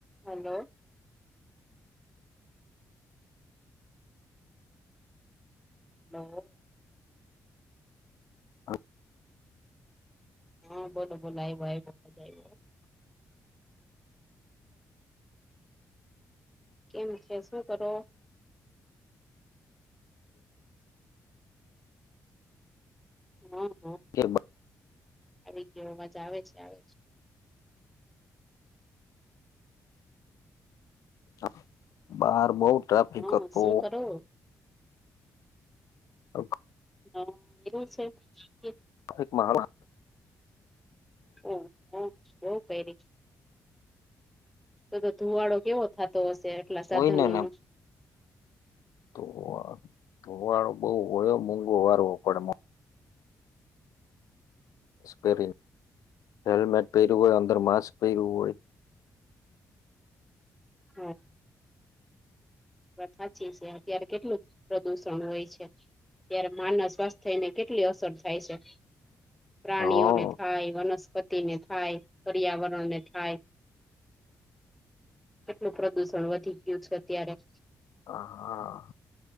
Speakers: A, in the centre; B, on the left.
A: Hello. નવો
B: હા.
A: હા બોલો બોલો આવ્યો આવ્યો. કેમ છે શું કરો.
B: <inaudible>
A: હમ.
B: કેબલ.
A: આવીગયો અવાજ આવે છે આવે છે.
B: હા બાર બઉ ટ્રાફિક
A: હા
B: હતો.
A: શું કરો
B: હ <unintelligible>
A: હા એવું છે કેમકે.
B: એક માણા.
A: ઓ હો હો બહુ પેરે છે. તો તો ધુવાડો કેવો થતો હશે આટલા સાધનો
B: કોઈને ને
A: નો.
B: તો તોવાળો બઉ હોયો મોઘો વારકડ પરી હેલ્મેટ પહેર્યું હોય અંદર માસ્ક પહેરવું હોય.
A: હા. વરખા ચે છે અત્યારે કેટલું. પ્રદૂષણ હોય છે ત્યારે માનવ સ્વાસ્થ્યને કેટલી અસર થાય છે. પ્રાણીઓને
B: હોય
A: થાય વનસ્પતિને થાય પર્યાવરણને થાય. કેટલું પ્રદુષણ વધી ગયું છે અત્યારે.
B: હા હા.